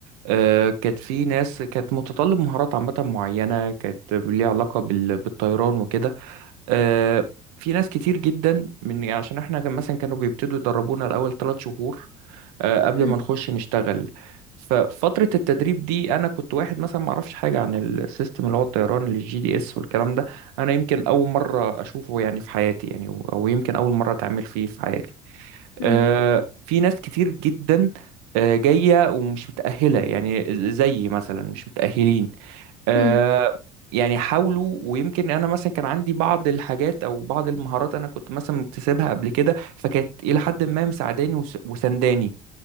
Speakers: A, on the right; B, on the left.
A: آه، كانت في ناس كانت متطلب مهارات عامة معينة كانت ليها علاقة بال- بالطيران وكده آه، في ناس كتير جدا من يعني عشان احنا كان مثلا كانوا بيبتدوا يدربونا الأول ثلاث شهور آه، قبل
B: مم.
A: ما نخش نشتغل ففترة التدريب دي أنا كنت واحد مثلا ما أعرفش حاجة عن السيستم اللي هو الطيران اللي الجي دي اس والكلام ده أنا يمكن أول مرة أشوفه يعني في حياتي يعني أو أو يمكن أول مرة أتعامل فيه في حياتي
B: مم.
A: آه، في ناس كتير جدا آه، جاية ومش متأهلة يعني زي مثلا مش متأهلين آه،
B: مم.
A: يعني حاولوا ويمكن أنا مثلا كان عندي بعض الحاجات أو بعض المهارات أنا كنت مثلا مكتسبها قبل كده فكانت إلى حد ما مساعداني وس- وسنداني